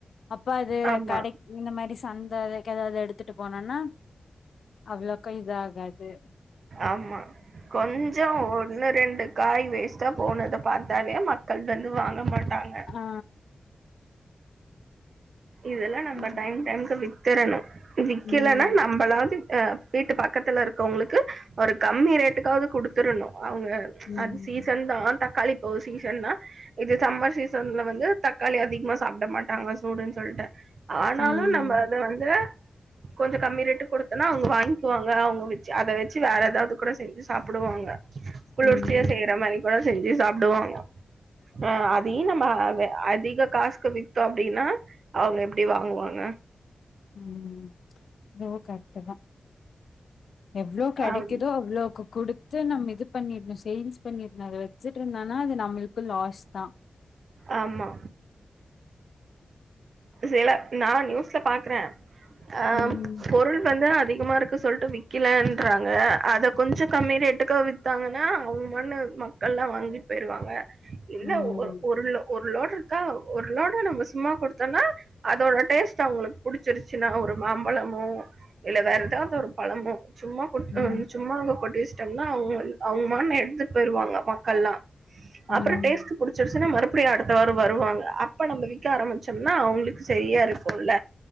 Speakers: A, on the left; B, on the right.
A: அப்ப அது
B: ஆமா,
A: கடைக் இந்த மாரி சந்த எதாது எடுத்துட்டு போனான்னா அவளோக்கா இதாகாது
B: ஆமா கொஞ்ச ஒன்னு ரெண்டு காய் வேஸ்ட்டா போனத பாத்தாலே மக்கள் வந்து வாங்க மாட் டாங்க
A: ஆ
B: இதெல்லா நம்ம
A: அது
B: டைம் டைம்க்கு வித் திரணு விக்கலன்னா
A: ம்
B: நம்பளாது அ வீட்டு பக்கத்துல இருக்கவங்களுக்கு ஒரு கம்மி ரேட்டுக்காவுது குடுத்துறணு அவங்க
A: ம்
B: அது சீசன்தா தக்காளி ஓ சீசன்னா இது சம்மர் சீசன்ல வந்து தக்காளி அதிகமா சாப்ட மாட்டாங்க சூடுன் சொல்ட்டு ஆனாலு
A: ம்
B: நம்ம அத வந்து கொஞ்ச கம்மி ரேட்டு குடுத்தன்னா அவங்க வாங்க்குவாங்க அவங்க வெச்சு அத வெச்சு வேற எதாவது கூட செஞ்சு சாப்புடுவாங்க குளிர்ச்சியா
A: ம்
B: செய்யற மாரி செஞ்சு சாப்டுவாங்க அ அதையு நம்ம வெ அதிக காசுக்கு வித்தோ அப்டின்னா அவுங்க எப்டி வாங்குவாங்க
A: ம் இதுவு கரெக்ட்டுதா எவ்ளோ கெடைக்குதோ
B: ஆம்
A: அவ்ளோக்கு குடுத்து நம்ம இது பண்ணிர்ணு சேல்ஸ் பண்ணிர்ணு அத வெச்சுட்ருந்தானா அது நம்மளுக்கு லாஸ்தா
B: ஆம்மா சில நா நியூஸ்ல பாக்றேன் ஆ
A: ம்
B: பொருள் வந்த அதிகமா இருக்கு சொல்ட்டு விக்கிலன்றாங்க அத கொஞ்சோ கம்மி ரேட்டுக்கு வித்தாங்கன்னா அவுங்க மண்ணு மக்கள்லாம் வாங்கிட் போயிருவாங்க இல்ல
A: ம்
B: ஒரு பொருள்ல ஒரு லோடு இருக்கா ஒரு லோட நம்ம சும்மா கொடுத் தன்னா அதோட டேஸ்ட் அவங்களுக்கு புடிச்சிருச்சின்னா ஒரு மாம்பழமோ இல்ல வேற ஏதாது ஒரு பழமோ சும்மா கொட்த்து
A: ம்
B: சும்மா அங்க கொட்டி வச் ட்டாங்னா அவ்ங் அவ்ங்க மாமா எட்த்துட் போயிருவாங்க மக்கள்னா
A: ம்
B: அப்றோ டேஸ்ட்டு புடிச்சிருச்சுனா மறுப் ப்படி அடுத்த வார வருவாங்க அப்ப நம்ம விக்க ஆரம்மிச் ச்சம்னா அவ்ங்களுக்கு செரியா இருக்கும்ல